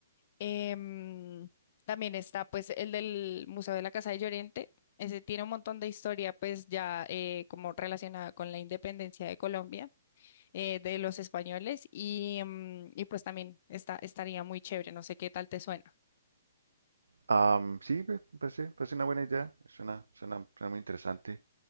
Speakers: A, on the left; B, on the right.
A: Em, también está pues el del Museo de la Casa de Llorente. Ese tiene un montón de historia pues ya eh, como relacionada con la independencia de Colombia, eh, de los españoles y, em, y pues también está, estaría muy chévere. No sé qué tal te suena.
B: Am, sí, me parece, parece una buena idea, suena, suena, suena muy interesante.